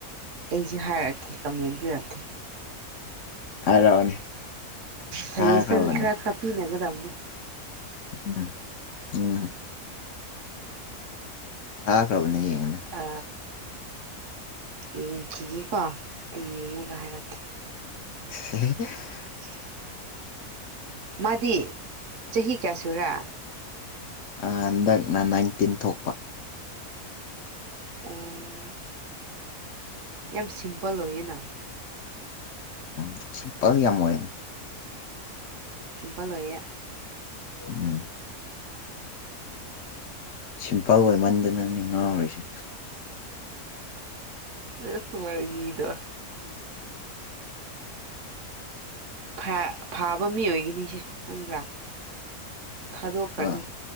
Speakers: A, on the right; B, on the left.
A: ꯑꯩꯁꯦ ꯍꯥꯏꯔꯛꯀꯦ ꯀꯃꯦꯟ ꯄꯤꯔꯛꯀꯦ
B: ꯍꯥꯏꯔꯛꯑꯣꯅꯦ
A: ꯐꯩꯌꯦꯁꯟ
B: ꯊꯥꯈ꯭ꯔꯕꯅꯦ
A: ꯈ꯭ꯔ ꯇꯛꯄꯤꯅꯒꯗꯝꯅꯦ
B: ꯎꯝ ꯎꯝ ꯊꯥꯈ꯭ꯔꯕꯅ ꯌꯦꯡꯉꯅꯦ
A: ꯑ ꯌꯦꯡꯈꯤꯒꯦꯀꯣ ꯑꯩ ꯌꯦꯡꯉꯒ ꯍꯥꯏꯔꯛꯀꯦ
B: <unintelligible>
A: <inaudible> ꯃꯥꯗꯤ ꯆꯍꯤ ꯀꯌꯥ ꯁꯨꯔꯥ
B: ꯍꯟꯗꯛꯅ ꯅꯥꯏꯟꯇꯤꯟ ꯊꯣꯛꯄ
A: ꯑꯣ ꯌꯥꯝ ꯁꯤꯝꯄꯜ ꯑꯣꯏꯌꯦꯅ
B: ꯎꯝ ꯁꯤꯄꯜ ꯌꯥꯝ ꯑꯣꯏ
A: ꯁꯤꯄꯜ ꯑꯣꯏꯌꯦ
B: ꯎꯝ
A: <inaudible>
B: ꯁꯤꯝꯄꯜ ꯑꯣꯏꯃꯟꯗꯅꯅꯦ ꯉꯥꯎꯔꯤꯁꯦ
A: ꯁꯦꯁ ꯋꯥꯔꯤꯗꯣ ꯐꯥ-ꯐꯥꯕ ꯃꯤ ꯑꯣꯏꯒꯅꯤ ꯑꯩꯁꯦ ꯈꯪꯕ꯭ꯔꯥ ꯊꯥꯗꯣꯛꯈ꯭ꯔꯅꯨ
B: ꯑꯥ